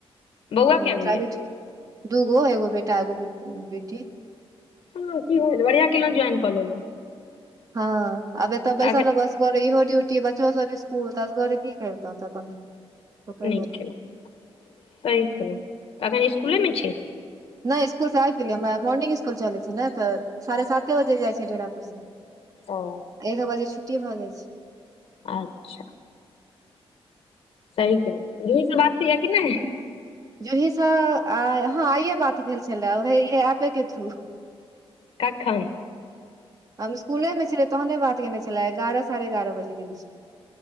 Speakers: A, on the left; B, on the right.
A: बौआ
B: तऽ ओहि
A: कए गो
B: प्रइवेट
A: यऽ
B: दूगो एगो बेटा एगो बेटी
A: हँ की होल बढ़िआ केलौं ज्वाइन क लेलौं
B: हँ अब एतऽ बैसल
A: एखन
B: बस असगरे इहो डूटी बच्चा सब स्कूल त असगरे की करतौ अपन पकड़ि
A: नीक
B: लेलक
A: खेल सही खेल एखन इसकुलेमे छी
B: नइ सकुलसँ आबि गेलियैर मॉर्निंग स्कुल चलै छै ने तऽ साढ़े साते बजे जाइत छै डेरापरसँ
A: ओ
B: एक बजे छुट्टी भ जाय छै
A: अच्छा सही क जुहीसँ बात होइया कि नै
B: जूहीसऽ आ हँ आइे बात भेल छलेहे एपे के थ्रू
A: कखन
B: हम स्कूलमे छलियै तहने बात केने छेलै एगारह साढ़े एगारह बजे के बीचमे